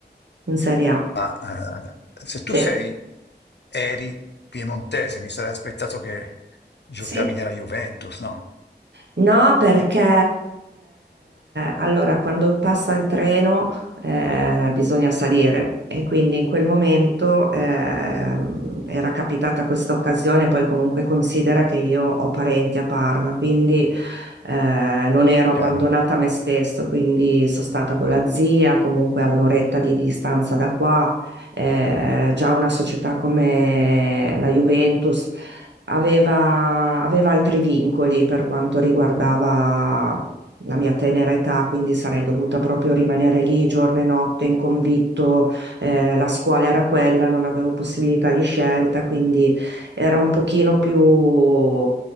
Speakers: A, on the right; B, on the left.
A: in Serie A.
B: Ma eh, se tu
A: Sì,
B: sei, eri piemontese, mi sarei aspettato che giocavi
A: sì.
B: nella Juventus, no?
A: No, perché eh, allora quando passa il treno eh, bisogna salire e quindi in quel momento ehm, era capitata questa occasione, poi comunque considera che io ho parenti a Parma, quindi eh, non ero abbandonata
B: Chiaro?
A: a me stesso, quindi sono stata con la zia, comunque a un'oretta di distanza da qua, eh, già una società come la Juventus aveva, aveva altri vincoli per quanto riguardava la mia tenera età, quindi sarei dovuta proprio rimanere lì giorno e notte in convitto, eh, la scuola era quella, non avevo possibilità di scelta, quindi era un pochino più,